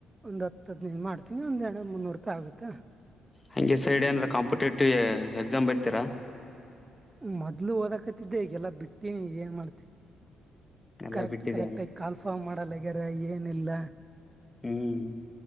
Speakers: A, on the right; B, on the left.
A: ಒಂದು ಹತ್ತ್ ಹದಿನೈದು ಮಾಡ್ತಿನಿ ಒಂದು ಎರ್ಡ್ನೂರ್ ಮುನ್ನೂರು ರೂಪಾಯಿ ಆಗುತ್ತೆ.
B: ಹಂಗೆ ಸೈಡ್ ಏನಾರ ಕಾಂಪಿಟೇಟಿವ್ ಎಕ್ಸಾಮ್ ಬರ್ತೀರಾ.
A: ಮೊದ್ಲು ಓದಕತಿದ್ದೆ ಈಗೆಲ್ಲಾ ಬಿಟ್ಟೀನಿ ಏನ್ ಮಾಡ್ತಿ
B: ಎಲ್ಲಾ
A: ಕರೆಕ್ಟ್
B: ಬಿಟ್ಟಿದ್ಯಾನ
A: ಕರೆಕ್ಟ್ ಆಯ್ತ್ ಕಾಲ್ಫಾರ್ ಮಾಡಲ್ಲಗ್ಯಾರ ಏನಿಲ್ಲ.
B: ಹ್ಮ್.